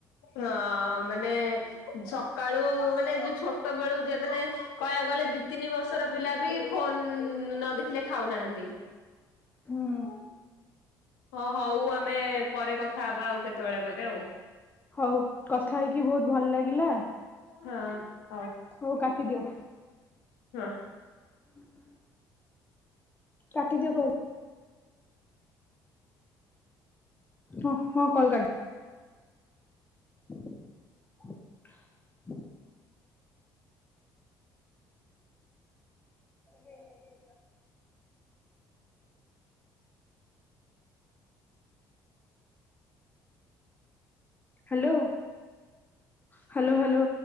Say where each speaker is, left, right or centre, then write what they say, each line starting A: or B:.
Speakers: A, on the left (about 75°); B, on the left (about 15°).
A: ହଁ ମାନେ ସକାଳୁ ମାନେ ଯୋଉ ଛୋଟ ବେଳୁ ଯେ ମାନେ କହକୁ ଗଲେ ଦି ତିନି ବର୍ଷର ପିଲା ବି ଫୋନ ନ ଦେଖିଲେ ଖାଉନାହାନ୍ତି?
B: ହୁଁ
A: ହଁ ହଁ ହଉ ଆମେ ପରେ କଥା ହବା ଆଉ କେତେବେଳେ ଗୋଟେ ଆଉ!
B: ହଉ କଥା ହେଇକି ବହୁତ ଭଲ ଲାଗିଲା
A: ହଁ
B: ହଉ କାଟଦିଓ
A: ହଁ
B: ହୁଁ ହୁଁ କାଟିଦିଅ କର ହ ହଁ କଲ୍ କରି <unintelligible> ହେ ଭ ହ୍ୟାଲୋ ହ୍ୟାଲୋ ହ୍ୟାଲୋ